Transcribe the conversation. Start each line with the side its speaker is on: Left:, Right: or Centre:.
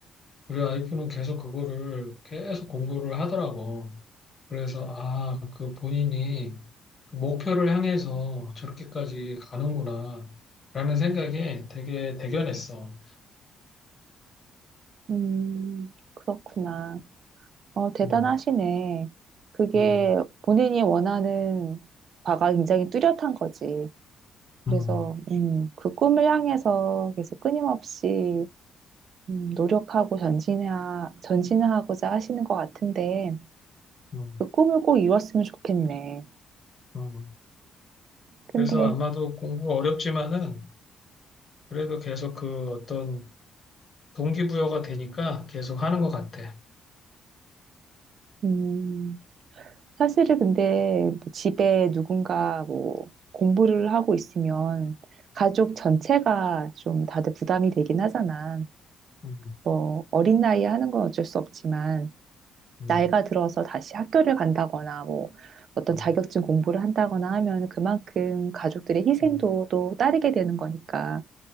Left: 우리 와이프는 계속 그거를 계속 공부를 하더라고. 그래서, 아, 그 본인이 그 목표를 향해서 저렇게까지 가는구나, 라는 생각에 되게 대견했어.
Right: 음, 그렇구나. 어, 대단하시네.
Left: 음,
Right: 그게
Left: 음,
Right: 본인이 원하는 바가 굉장히 뚜렷한 거지. 그래서,
Left: 음,
Right: 음, 그 꿈을 향해서 계속 끊임없이, 음, 노력하고 전진해, 전진하고자 하시는 것 같은데,
Left: 음,
Right: 그 꿈을 꼭 이뤘으면 좋겠네.
Left: 음.
Right: 근데,
Left: 그래서 아마도 공부가 어렵지만은 그래도 계속 그 어떤 동기부여가 되니까 계속 하는 것 같아.
Right: 음, 사실은 근데 뭐 집에 누군가 뭐 공부를 하고 있으면 가족 전체가 좀 다들 부담이 되긴 하잖아.
Left: 음,
Right: 뭐 어린 나이에 하는 건 어쩔 수 없지만
Left: 음,
Right: 나이가 들어서 다시 학교를 간다거나 뭐 어떤
Left: 음,
Right: 자격증 공부를 한다거나 하면 그만큼 가족들의 희생도
Left: 음,
Right: 또 따르게 되는 거니까.